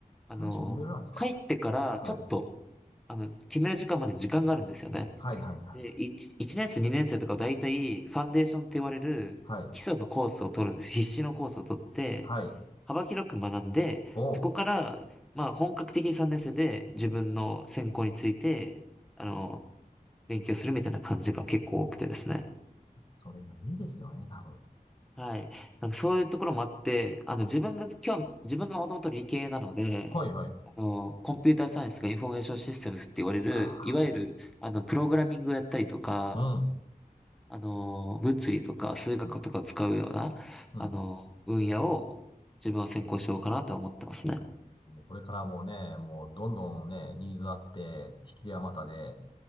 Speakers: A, on the left; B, in the centre.
A: 最初リベラルアーツか。
B: あの、入ってからちょっと、
A: はい。
B: あの、決める時間まで時間があるんですよね。
A: はいはいはい。
B: で、1、一年生、2年生とか大体、ファンデーションって言われる基礎のコースを取るんです。
A: はい。
B: 必修のコースを取って、
A: はい。
B: 幅広く学んで、
A: おう
B: そこから、まあ、本格的に3年生で自分の専攻について、あの、勉強するみたいな感じが結構多くてですね。
A: それがいいですよね、多分。
B: はい。なんかそういうところもあって、あの、自分が、今日、自分がもともと理系なので、
A: はいはい。
B: あの、コンピューターサイエンスとかインフォメーションシステムズって言われる、
A: ああ、はいはい。
B: いわゆる、あの、プログラミングをやったりとか、
A: うん
B: あの、物理とか数学とかを使うような、
A: うん。うん。
B: あの、分野を自分は専攻しようかなとは思ってますね。
A: これからもうね、もうどんどんね、ニーズあって、引き手あまたで、